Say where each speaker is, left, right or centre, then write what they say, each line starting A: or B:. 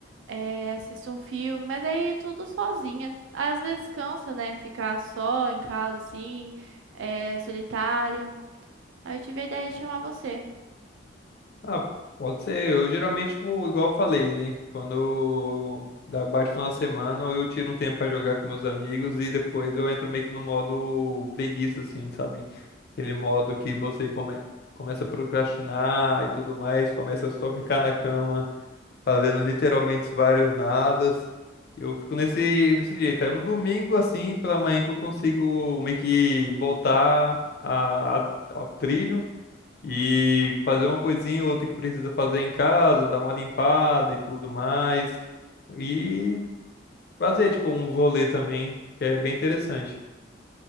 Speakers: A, on the right; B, on the left.
A: é, assisto um filme, mas aí tudo sozinha. Às vezes cansa, né? Ficar só em casa, assim, é, solitária. Aí eu tive a ideia de chamar você.
B: Ah, pode ser. Eu geralmente, tipo, igual eu falei, né? Quando dá- bate o final de semana, eu tiro um tempo pra jogar com meus amigos e depois eu entro meio que no modo preguiça, assim, sabe? Aquele modo que você come- começa a procrastinar e tudo mais, começa só ficar na cama fazendo literalmente vários nadas. Eu fico nesse, nesse jeito. É no domingo, assim, pela manhã que eu consigo meio que voltar a, ao trilho e fazer uma coisinha ou outra que precisa fazer em casa, dar uma limpada e tudo mais. E fazer, tipo, um rolê também, que é bem interessante.